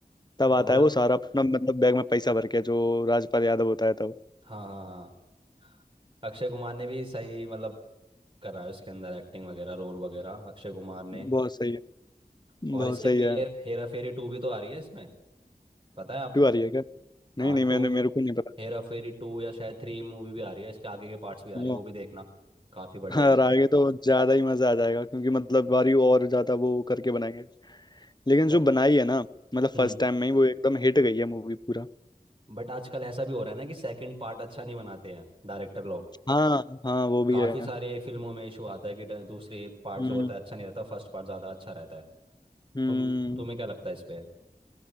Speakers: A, on the left (about 25°); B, on the right (about 35°).
A: तब
B: हाँ
A: आता
B: मतलब
A: है वो सारा अपना मतलब बैग में पैसा भर के जो राजपाल यादव होता है तब
B: हाँ हाँ हाँ अक्षय कुमार ने भी सही मतलब करा है उसके अंदर एक्टिंग वगैरह रोल वगैरह अक्षय कुमार ने
A: बहुत सही है
B: और
A: बहुत
B: इसके
A: सही
B: अभी
A: है
B: हेर, हेरा फेरी टू भी तो आ रही है इसमें पता है आपको
A: तू आ रही है क्या नहीं
B: हाँ
A: नहीं
B: टू
A: मैंने मेरे को नहीं
B: हेरा फेरी टू या शायद थ्री मूवी भी आ रही है इसके आगे के पार्ट्स भी आ
A: पता
B: रहे हैं वो भी देखना काफी बढ़िया
A: हाँ
B: है इनकी
A: रागे तो ज्यादा ही मजा आ जाएगा क्योंकि मतलब बारी और ज्यादा वो करके बनाएंगे लेकिन
B: ब-
A: जो बनाई है ना मतलब
B: हम्म
A: फर्स्ट टाइम में ही वो एकदम हिट गई है मूवी पूरा
B: बट आजकल ऐसा भी हो रहा है ना कि सेकंड पार्ट अच्छा नहीं बनाते हैं डायरेक्टर लोग
A: हाँ हाँ वो भी
B: काफी
A: है
B: सारे फिल्मों में इशू आता है कि ड- दूसरे पार्ट
A: हम्म
B: जो होता है अच्छा नहीं रहता फर्स्ट पार्ट ज्यादा अच्छा रहता है
A: हम्म
B: तुम तुम्हें क्या लगता है इस पे